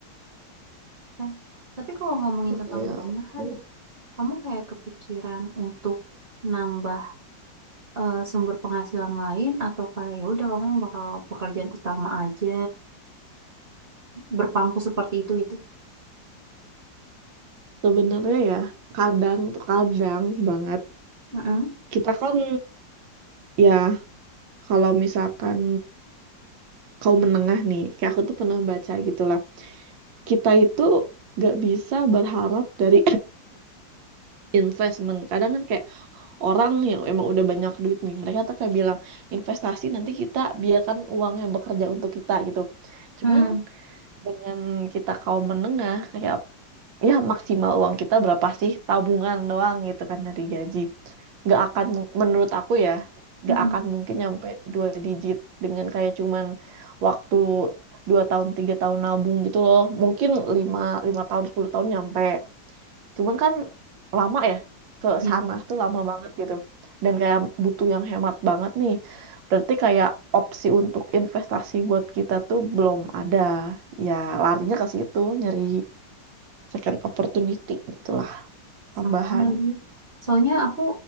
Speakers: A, on the right (about 35°); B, on the right (about 80°).
A: Nah, Tapi kalau ngomongin
B: Nah
A: tentang
B: kayak
A: uangnya kan,
B: oh,
A: kamu kayak kepikiran untuk nambah eh, sumber penghasilan lain atau kayak "Ya udah kamu bakal pekerjaan utama aja berpangku seperti itu gitu.
B: sebenarnya ya kadang tuh kadang banget
A: Mm-mm.
B: kita kan ya kalau misalkan kaum menengah nih kayak aku tuh pernah baca gitu lah kita itu gak bisa berharap dari <clears throat> investment. Kadang kan kayak orang yang emang udah banyak duit nih, mereka tuh kayak bilang investasi nanti kita biarkan uangnya bekerja untuk kita gitu. Cuman
A: Hmm.
B: dengan kita kaum menengah kayak ya maksimal uang kita berapa sih tabungan doang gitu kan dari gaji gak akan mu- menurut aku ya
A: Mm-mm.
B: gak akan mungkin nyampe dua digit dengan kayak cuman waktu dua tahun tiga tahun nabung gitu loh mungkin lima lima tahun 10 tahun nyampe Cuman kan lama ya ke
A: Ya.
B: sana tuh lama banget gitu. Dan kayak butuh yang hemat banget nih. Berarti kayak opsi untuk investasi buat kita tuh belum ada. Ya larinya ke situ nyari second opportunity gitulah tambahan.
A: Sama lagi. Soalnya aku